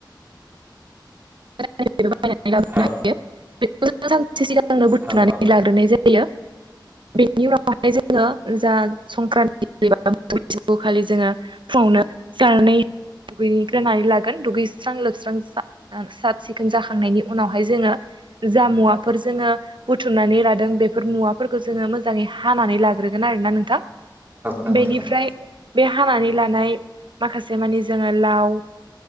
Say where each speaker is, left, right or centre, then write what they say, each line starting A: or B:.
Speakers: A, on the right; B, on the right.
A: <unintelligible> लाबोनो
B: औ
A: हायो बेखौ सानसे सिगांनो बुथुमनानै
B: औ औ
A: लाग्रोनाय जायो बेनि नि उनावहाय जोङो जा संक्रान्ति बैसु खालि जोङो फुङावनो जानानै दुगैग्रोनानै लागोन दुगैस्रां लोबस्रां जा साब सिखोन जाखांनायनि उनाव ओमफ्राय जोङो जा मुवाफोर जोङो बुथुमनानै लादों बेफोर मुवाफोरखौ जोङो मोजाङै हा हानानै लाग्रोगोन आरोना नोंथां
B: नंगौ
A: बेनिफ्राय
B: नंगौ
A: बे हानानै लानाय माखासे मानि जोङो लाव